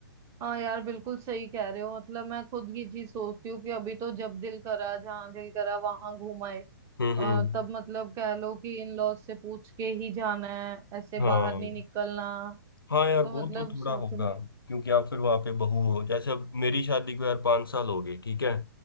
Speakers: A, on the right; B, on the left.
A: हाँ यार बिल्कुल सही कह रहे हो मतलब मैं खुद ये चीज सोचती हूँ कि अभी तो जब दिल करा जहाँ दिल करा वहां घूमाए
B: हम्म
A: अ,
B: हम्म
A: तब मतलब कह लो कि इन लॉज से पूछ के ही जाना है ऐसे
B: हाँ
A: बाहर नहीं निकलना
B: हाँ यार
A: तो
B: वो
A: मतलब
B: तो थोड़ा
A: स्वतंत्र
B: होगा क्योंकि आप फिर वहां पे बहू हो जैसे अब मेरी शादी को यार पाँच साल हो गए ठीक है